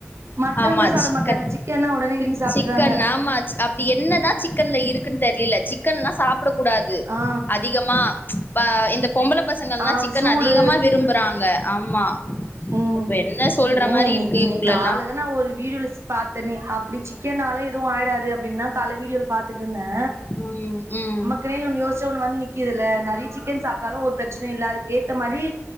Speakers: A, on the right; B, on the left.
A: மட்டோங்கூட
B: ஆமா
A: சாப்ட
B: சிக்கன்
A: மாட்றாங்க சிக்கன்னா ஒடனே விரும்பி சாப்ட்டுறாங்க
B: சிக்கன் ஆமா அப்டி என்னதா சிக்கன்ல இருக்குன் தெரியல சிக்கன்லா சாப்டக்கூடாத் து
A: ஆ
B: அதிகமா பா இந்த பொம்பள பசங்கள்ளா
A: ஆ
B: சிக்கன்
A: சூடு
B: அதிகமா வி ரும்புறாங்க ஆமா
A: உம்
B: இப்ப என்ன சொல்ற
A: இல்லங்க
B: மாரி
A: இன்னைக்கி
B: இருக்கு இவுங்களெல்லா
A: நி கால்லதா நா ஒரு வீடியோல சீ பாத் தனே அப்டி சிக்கன்னால எதுவு ஆயிடாது அப்டின்தா கால வீடியோல பாத்துட்ருந்தே
B: உம் உம்
A: கே ஒன்னு யோசிச்சா ஒன்னு வந் நிக்கிதுல்ல நெறைய சிக்கன் சாப்டாலு ஒரு பிரச்சனையு இல்ல அதுக்கேத்த மாரி